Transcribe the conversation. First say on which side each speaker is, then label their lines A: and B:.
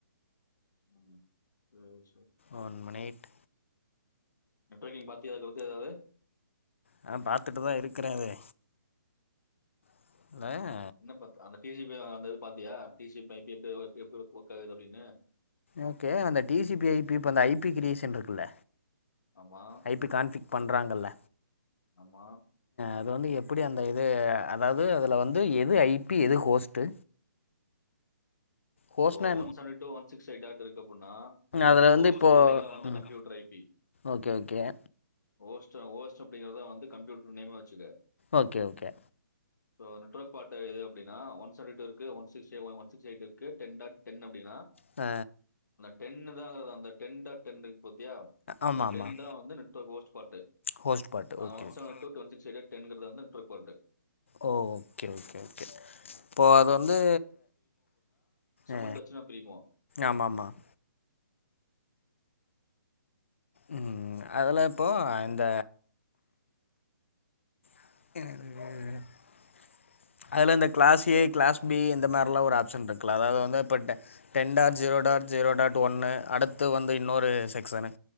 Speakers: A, on the left (about 75°); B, on the left (about 45°).
A: ம் <unintelligible>
B: ஒன் மினிட்
A: நெட்வொர்க்கிங் பாத்தியா அதுக்கடுத்து ஏதாவது
B: நா பாத்துட்டுதா இருக்குறே அதே <unintelligible>
A: என்ன பாத்த அந்த டி சி பி அந்த இது பாத்தியா T C P I P எஃப் பு எப்டி வோர்க் ஆது அப்டின்னு
B: ஓகே அந்த T C P I P இப்ப அந்த ஐ பி கிரியேஷன்ருக்குல்ல
A: ஆமா
B: ஐ பி கான்பிக் பண்றாங்கல்ல
A: ஆமா
B: அது வந்து எப் எப்டி அந்த இது அதாது அதுல வந்து எது ஐபி எது ஹோஸ்ட்டு ஹோஸ்ட்னா
A: இப்போ one seventy two one six eight dot இருக்கு அப்புன்னா ஒ
B: அதுல
A: ஹோஸ்ட்டு
B: வந்து இப்போ
A: அப்டிங்குறது தா வந்து
B: ம்
A: computer I P
B: okay okay
A: ஓஸ்டா ஓஸ்ட் அப்டிங்கிறதா வந்து கம்ப்யூட்டர் நேம்மா வச்சுக்க
B: ஓகே ஓகே
A: இப்போ நெட்வர்க் பார்ட் அப்டின்னா ஒன் சவன்டி டூ இருக்கு one sixty one sixty eight இருக்கு டென் டாட் டென் அப்டின்னா
B: அ
A: டென்னு தா அந்த டென்டா டென்டுக் பொத்யா
B: ஆமாம்
A: அந்த
B: ஆமாம்
A: டென் தா வந்து network host part
B: host part
A: ஆ
B: okay
A: one
B: okay
A: seven two ட்டுவன் சிக்ஸ் <unintelligible> டென்கிறதார்ந்தா நெட்வொர்க் பார்ட்டு
B: ஓ ஓகே ஓகே ஓகே இப்போ அத வந்து
A: சமண்ட்டச்சினா
B: ஆ
A: பிரிப்போ
B: ஆமாம் ஆமாம் ம் அதுல இப்போ ஆ அந்த <unintelligible> அதுல இந்த கிளாஸ் ஏ கிளாஸ் பி இந்த மாரில ஒரு ஆப்ஷன் இருக்குல்ல அதாவது வந்து இப்போ டெ ten dot zero zero dot ஒன்னு அடுத்து வந்து இன்னொரு section